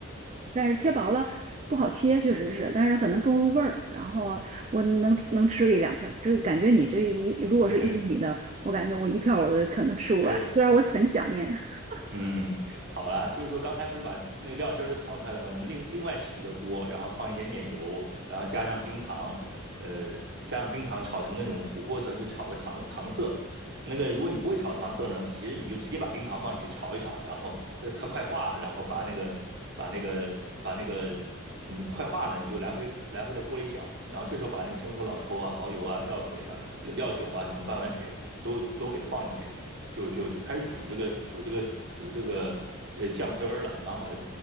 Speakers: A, on the right; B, on the right.
A: 但是切薄了不好切，确实是，但是可能更入味儿。然后我能能吃个一两片儿，这个感觉你这一如果是一厘米的，
B: <laughs>
A: 我感觉我一片儿我都可能吃不完。
B: 对，
A: 虽然我很想念，<laughs>
B: 嗯，好啦，就是说刚才不是把那个料汁儿都炒出来了吗？我们另另外起一个锅，然后放一点点油，然后加上冰糖，呃，加上冰糖炒成那种琥珀色，就炒个糖糖色。那个如果你不会炒糖色呢，其实你就直接把冰糖放进去炒一炒，然后呃它快化了，然后把那个把那个把那个你快化了，你就来回来回在锅里搅，然后这时候把那个生抽、老抽啊、蚝油啊、料水啊、料酒啊什么半碗水都都给它放进去。就就就开始煮这个煮这个煮这个呃酱汁儿了，然后把它